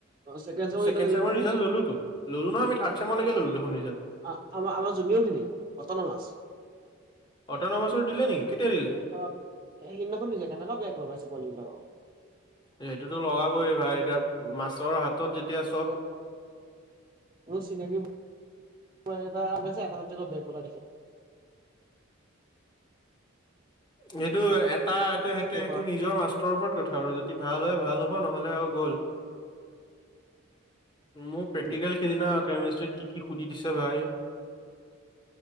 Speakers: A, on the right (about 25°); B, on the left (about 25°).
A: অ ছেকেণ্ড
B: ছেকেন্ড
A: ৰিজাল্ট দিলে
B: চেমৰ
A: নহয়
B: ৰিজাল্ট ললোতো ল'লো নহয় আমি থাৰ্ড ছেমৰলৈকে
A: নহয়
B: ল'লো
A: নহয়,
B: দেখোন ৰিজাল্ট।
A: আমাৰ আমাৰ জুনিয়ৰখিনিৰ অটনমাছ।
B: অটন'মাছৰ দিলে নেকি কেতিয়া দিলে?
A: অ', এ সিদিনাখন দিছে কেনেকুৱা বেক লগাইছে পোৱালিবিলাকৰ।
B: সেইটোতো লগাবই ভাই, এতিয়া মাছৰ হাতত যেতিয়া চব
A: অ', মোৰ চিনাকী পোৱালি এটা এটা চাবজেকট বেক লগাই দিছে।
B: সেইটো এটা এইটো সেইটো
A: কি ক'বা
B: সেইটো নিজৰ মাষ্টৰৰ ওপৰত কথা। আৰু যদি ভাল হয় ভাল হ'ব নহ'লে আৰু গ'ল। মোৰ প্ৰেক্টিকেল
A: আৰু
B: সিদিনা কেমিষ্ট্ৰিত কি কি সুধি দিছে ভাই।